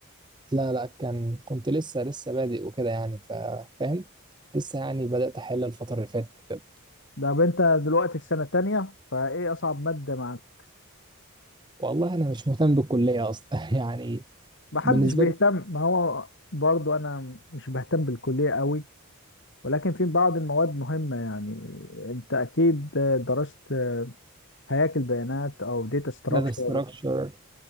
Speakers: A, on the right; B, on the left.
A: لا لا كان كنت لسه لسه بادئ وكده يعني ف- فاهم لسه يعني بدات احل الفتره اللي فاتت
B: طب انت دلوقتي في سنه تانية فايه اصعب ماده معاك
A: والله انا مش مهتم بالكليه اصلا <laughs> يعني
B: محدش
A: بالنسبه
B: بيهتم
A: لي
B: ما هو برضو انا مش بهتم بالكليه قوي ولكن في بعض المواد مهمه يعني انت اكيد درست هياكل بيانات او داتا ستراكشر
A: داتا ستراكشر